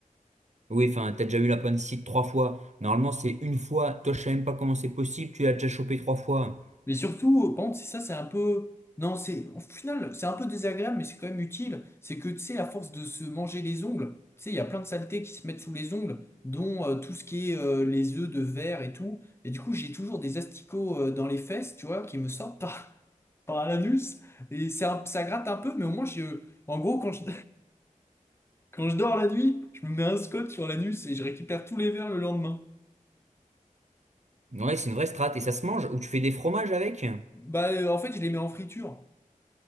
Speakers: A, on the right (about 55°); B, on the left (about 20°).
A: Oui, enfin, t'as déjà eu la appendicite trois fois. Normalement, c'est une fois. Toi, je sais même pas comment c'est possible. Tu l'as déjà chopé trois fois.
B: Mais surtout, par contre, c'est ça, c'est un peu. Non, c'est. Au final, c'est un peu désagréable, mais c'est quand même utile. C'est que, tu sais, à force de se manger les ongles, tu sais, il y a plein de saletés qui se mettent sous les ongles, dont euh, tout ce qui est euh, les œufs de verre et tout. Et du coup, j'ai toujours des asticots euh, dans les fesses, tu vois, qui me sortent par, <laughs> par l'anus. Et c'est un- ça gratte un peu, mais au moins, je... en gros, quand je... <laughs> quand je dors la nuit, je me mets un scotch sur l'anus et je récupère tous les verres le lendemain.
A: Ouais, c'est une vraie strate. Et ça se mange? Ou tu fais des fromages avec?
B: Bah, euh, en fait, je les mets en friture.